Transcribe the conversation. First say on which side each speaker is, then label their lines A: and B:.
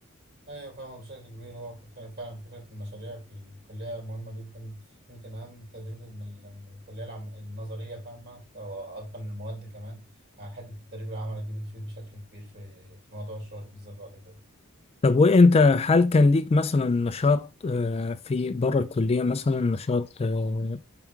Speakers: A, on the right (about 50°); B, on the left (about 30°).
A: ايوه فاهمة بشكل كبير هو فكرة- فعلا فكرة المشاريع في الكلية مهمة جدا يمكن أهم تدريب من ال- من الكلية العم... النظرية فاهمة أو أكتر من المواد كمان آه، حتة التدريب العملي دي بتفيد بشكل كبير في في موضوع الشغل بالذات بعد كده
B: طب وانت هل كان ليك مثلا نشاط آه، في بره الكليه مثلا نشاط آه،